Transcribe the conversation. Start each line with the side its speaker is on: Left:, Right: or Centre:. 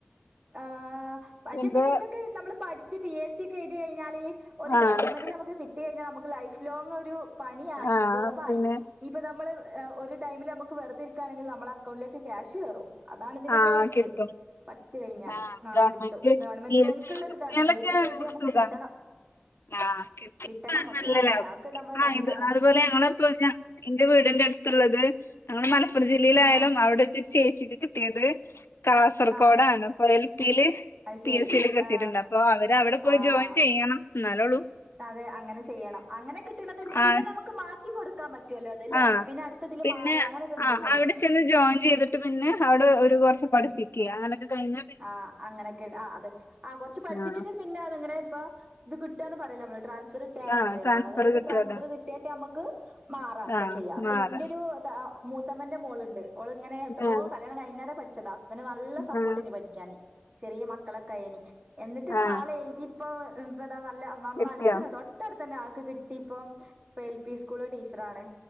Right: ആഹ് പക്ഷെ
Left: ഇത്
Right: പിന്നെ ഇതൊക്കെ നമ്മള് പഠി ടിച്ച് പി എസ് സി ഒക്ക എഴുതി കഴിഞ്ഞാല് ഒരു
Left: ആഹ്
Right: ഗവൺമെന്റില് നമുക്ക് കിട്ടി കഴിഞ്ഞാ നമ്മക്ക് ലൈഫ് ലോങ്ങൊരു പണിയായി
Left: ആഹ്
Right: ജോബായി
Left: പിന്നെ
Right: ഇനീപ്പൊ നമ്മള് ആഹ് ഒരു ടൈമില് നമ്മക്ക് വെറുത ഇരിക്കാണെങ്കിൽ നമ്മളക്കൗണ്ടിലേക്ക് ക്യാഷ് കേറും അതാണ് ഇതിനൊക്കൊര്ത്
Left: ആഹ് കിട്ടും
Right: പഠിച്ചു കഴിഞ്ഞാല്
Left: ആഹ്
Right: ന
Left: ഗവൺമെന്റ്
Right: കിട്ടും. ഗവൺമെന്റ്
Left: പി
Right: ജോലിക്കുള്ളരി
Left: എസ് സിയിൽ കിട്ടിയാലൊക്കെ
Right: ഇതാണ് പി എസ് സിക്ക് എഴുതിയാ നമുക്ക്
Left: സുഖാണ്
Right: കിട്ടണം
Left: ആഹ് കിട്ടിയാ
Right: കിട്ടണം നമ്മക്ക്
Left: നല്ലതാ
Right: അതാണ് അതക്ക നമ്മള്
Left: ആ
Right: ലക്ക്
Left: ഇത്
Right: ആണ്
Left: അതുപോലെ ഞങ്ങള് ഇപ്പ എന്റെ വീടിന്റെ അടുത്തുള്ളത് ഞങ്ങടെ മലപ്പുറ ജില്ലയിലായാലും
Right: ആ
Left: അവിടെ ചേച്ചിക്ക് കിട്ടിയത് കാസർഗോഡാണ്
Right: ആ
Left: അപ്പൊ എൽ പിയില്
Right: അത്
Left: പി
Right: ശരി
Left: എസ് സിൽ കിട്ടിയിട്ടുണ്ട്
Right: ആ
Left: അപ്പൊ അവര് അവിടെ പോയി
Right: ആ
Left: ജോയിൻ ചെയ്യണം എന്നാലേള്ളൂ
Right: അതെ അങ്ങനെ ചെയ്യണം അങ്ങനെ കിട്ടണതുണ്ട്
Left: ആ
Right: പിന്നെ നമുക്ക് മാറ്റി കൊടുക്ക പറ്റുമല്ലോ അത് അല്ലേ
Left: ആ
Right: പിന്നെടുത്തതില്
Left: പിന്നെ
Right: മാറി അങ്ങനൊക്കെ ഉണ്ട്
Left: ആ
Right: തോന്നുന്നു
Left: അവിടെ ചെന്ന് ജോയിൻ ചെയ്തിട്ട് പിന്നെ അവിടെ ഒരു കുറച്ച് പഠിപ്പിക്കുക
Right: ഉം.
Left: അങ്ങനൊക്കെ കഴിഞ്ഞി
Right: ആ അങ്ങനെയൊക്കെണ്ട് ആ അതെ ആ കൊറച്ച് പഠിപ്പിച്ചിട്ട്
Left: ആ
Right: പിന്നെ അതെങ്ങനെ ഇപ്പൊ ഇത് കിട്ടാന്ന് പറയില്ല നമ്മള് ട്രൻസ്ഫർ കിട്ടാന്ന്
Left: ആ
Right: പറയില്ല
Left: ട്രാൻസ്ഫർ
Right: അതായത്
Left: കിട്ടുവല്ലോ
Right: ട്രാൻസ്ഫർ കിട്ടാട്ട് നമുക്ക് മാറാ ഒക്കെ
Left: ആ
Right: ചെയ്യാം അപ്പൊ
Left: മാറാം
Right: ഇന്റെ ഒരു മൂത്തമ്മന്റെ മോളുണ്ട് അവള് ഇങ്ങനെ എത്രോ
Left: ആ
Right: കല്യാണം കഴിഞ്ഞത് അന്നേരം പഠിച്ചതാ പിന്നെ നല്ല സപ്പോർട്ടാനി
Left: ആ
Right: പഠിക്കാന് ചെറിയ മക്കളൊക്കെയന് എന്നിട്ട് ഇപ്പ
Left: ആ
Right: ആൾ എഴുതി ഇപ്പൊ ഇ നല്ല നമ്മള്
Left: കിട്ടിയോ
Right: അടുത്തന്നെ തെട്ടടുത്ത് തന്നെ ആക്ക് കിട്ടി ഇപ്പ എൽപീസ് സ്കൂള് ടീച്ചർ ആണ്